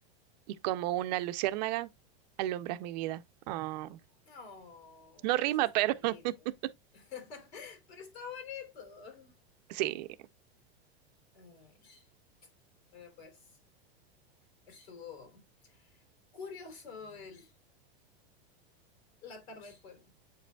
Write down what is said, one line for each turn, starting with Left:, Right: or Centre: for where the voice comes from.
Right: y como una luciérnaga, alumbras mi vida. Ah,
Left: No,
Right: no
Left: eso
Right: rima,
Left: está
Right: pero
Left: bonito.
Right: <laughs>
Left: <laughs> Pero está bonito.
Right: sí,
Left: Ay, bueno, pues estuvo curioso el, la tarde de poema.